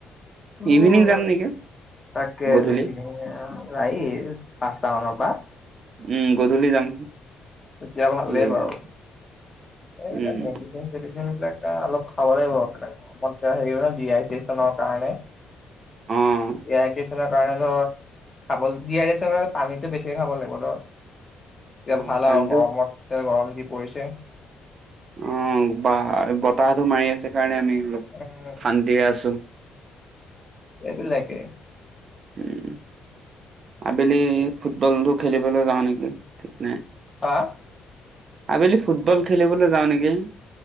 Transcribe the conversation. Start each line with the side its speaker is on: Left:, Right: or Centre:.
Left: উহ
Right: ইভিনিং যাম নেকি
Left: তাকে
Right: গধূলি।
Left: এই পিনে আও ৰাৱি পাছ টাউনৰ পা
Right: উম গধূলি যাম।
Left: তেতিয়া ভাল
Right: দৌৰিবলৈ।
Left: লাগিব আৰু। এইবিলাক
Right: উম,
Left: মেডিচিন-চেডিচিন বিলাক এ অলপ খাব লাগিব মানে গৰমত হেৰি ডিহাইড্ৰেচনৰ কাৰণে
Right: অ'।
Left: এই আই টিছ দি কাৰণে ধৰ খাব ডীহাইড্ৰেনচনৰ কাৰনে পানীটো বেছিকে খাব লাগিব ধৰ এতিয়া
Right: অ'
Left: ভাল
Right: পানীটো
Left: আৰু। এতিয়া গৰম যি পৰিছে।
Right: অ বা বতাহটো মাৰি আছে কাৰণে আমি অলপ
Left: উম
Right: শান্তিৰে আছো।
Left: এই বিলাকে।
Right: উম আবেলি ফুটবলটো খেলিবলৈ যাও নেকি ঠিক নাই।
Left: হা।
Right: আবেলি ফুটবল খেলিবলৈ যাও নেকি।